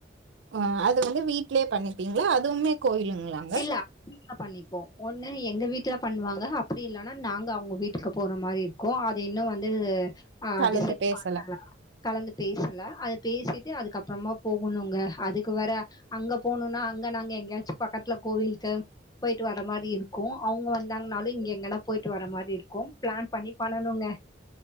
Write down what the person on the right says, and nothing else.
ஆஹ் அது வந்து வீட்லயே பண்ணிப்பீங்களா அதுவுமே கோயிலுங்களாங்க
கலந்து
பேசல